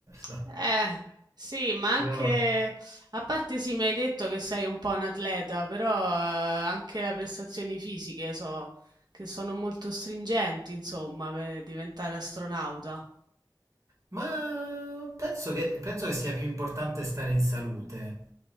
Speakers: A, on the right; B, on the right.
A: <laughs>
B: Eh, sì, ma anche...
A: No.
B: A parte sì, mi hai detto che sei un po' un atleta, però eh, anche le prestazioni fisiche so che sono molto stringenti, insomma, per diventare astronauta.
A: Ma penso che, penso che sia più importante stare in salute,